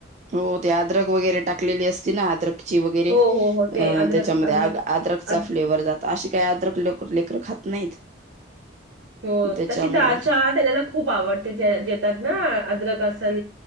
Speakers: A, on the right; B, on the right.
A: हो ते अद्रक वगैरे टाकले असते ना अद्रकची वगैरे
B: हो,
A: अ
B: हो, हो. ते अद्रक
A: त्याच्यामध्ये
B: अद्रक
A: आद्रकचा
B: अद
A: फ्लेवर्ह जात अे काही अद्रक लेकर खात नाहीत
B: हो
A: त्याच्यामुळं
B: तशी तच्या त्यालाला खूप आवड ते जेतात ना अद्रकसन